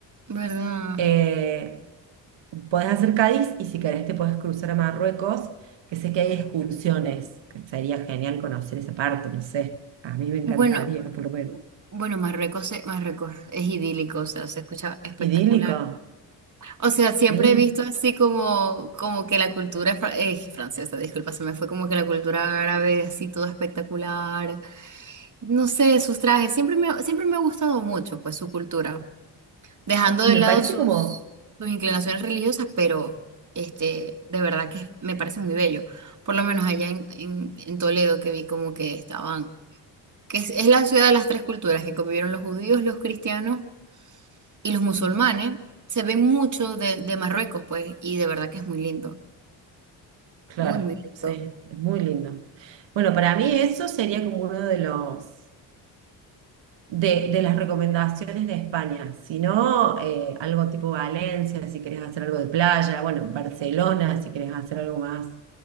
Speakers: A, on the right (about 40°); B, on the right (about 65°).
A: <laughs> ¿verdad?
B: Eh, podés hacer Cádiz y si querés te podés cruzar a Marruecos, que sé que hay excursiones, que sería genial conocer esa parte, no sé. A mí me encantaría,
A: Bueno,
B: por lo menos.
A: bueno, Marruecos, se- Marruecos es idílico, o sea, se escucha espectacular.
B: Idílico,
A: O sea, siempre
B: sí.
A: he visto así como, como que la cultura es francesa, disculpa, se me fue como que la cultura árabe, así todo espectacular. No sé, sus trajes. Siempre me, siempre me ha gustado mucho, pues, su cultura. Dejando
B: Y
A: de
B: me
A: lado
B: parece
A: sus,
B: como...
A: sus inclinaciones religiosas, pero este, de verdad que me parece muy bello. Por lo menos allá en, en, en Toledo que vi como que estaban, que es, es la ciudad de las tres culturas, que convivieron los judíos, los cristianos y los musulmanes. Se ve mucho de, de Marruecos, pues, y de verdad que es muy lindo.
B: Claro,
A: Muy, muy lindo.
B: sí, es muy lindo. Bueno, para mí eso sería como uno de los de, de las recomendaciones de España. Si no, eh, algo tipo Valencia, si querés hacer algo de playa, bueno, Barcelona, si querés hacer algo más